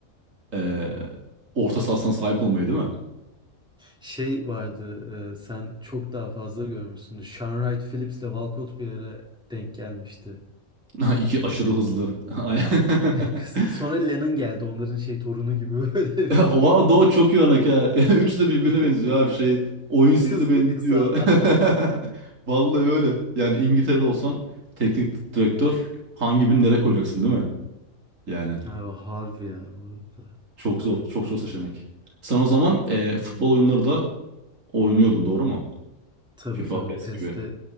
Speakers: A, on the right; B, in the centre.
A: eee, orta sahasına sahip olmayı değil mi?
B: Şey vardı e, sen çok daha fazla görmüşsündür. Sean Wright Phillips'le Walcott bir ara denk gelmişti.
A: <laughs> İki aşırı hızlı. <laughs> Aynen.
B: <laughs>
A: <laughs>
B: Kısa. Sonra Lennon geldi onların şey torunu gibi <laughs> böyle
A: <laughs>
B: bildiğin.
A: Wow Doğu çok iyi örnek ha. <laughs> Üçü de birbirine
B: <laughs>
A: benziyor abi şey. Oyun stili
B: Hızlı
A: benziyor.
B: kısa adam.
A: <laughs> Vallahi öyle. Yani İngiltere'de olsan teknik direktör hangi birini nereye koyacaksın değil mi? Yani
B: <laughs> Abi harbi ya bu arada.
A: çok zor, çok zor seçenek. Sen o zaman e, futbol oyunları da oynuyordun doğru mu?
B: Tabii
A: FIFA,
B: tabii
A: PES
B: PES'te
A: gibi.